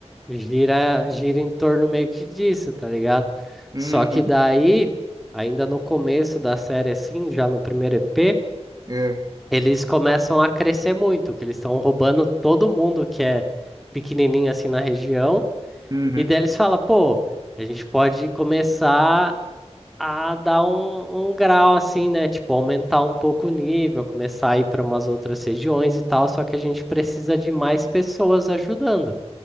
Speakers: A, in the centre; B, on the right.
A: gira, gira em torno meio que disso, tá ligado?
B: Uhum.
A: Só que daí, ainda no começo da série, assim, já no primeiro EP,
B: É.
A: eles começam a crescer muito, que eles estão roubando todo mundo que é pequenininho assim na região,
B: Uhum.
A: e daí eles falam, pô, a gente pode começar a dar um, um grau assim, né? Tipo, aumentar um pouco o nível, começar a ir para umas outras regiões e tal, só que a gente precisa de mais pessoas ajudando